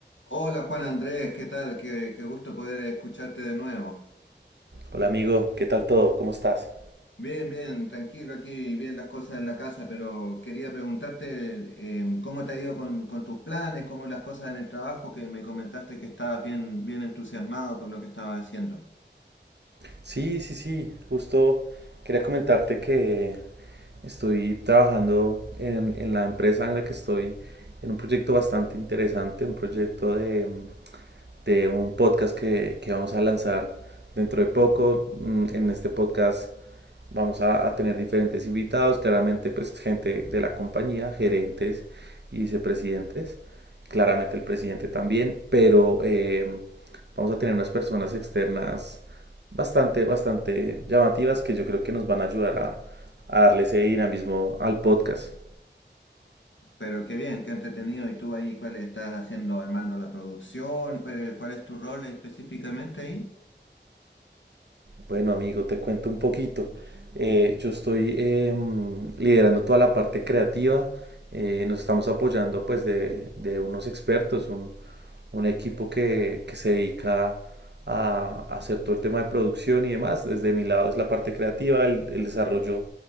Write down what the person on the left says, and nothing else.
Hola Juan Andrés, ¿qué tal? Qué, qué gusto poder escucharte de nuevo.
Bien, bien, tranquilo aquí, bien las cosas en la casa, pero quería preguntarte em, cómo te ha ido con, con tus planes, cómo las cosas en el trabajo, que me comentaste que estabas bien, bien entusiasmado con lo que estabas haciendo.
Pero qué bien, qué entretenido. ¿Y tú ahí cuál estás haciendo, armando la producción? ¿Cuál, es- cuál es tu rol específicamente ahí?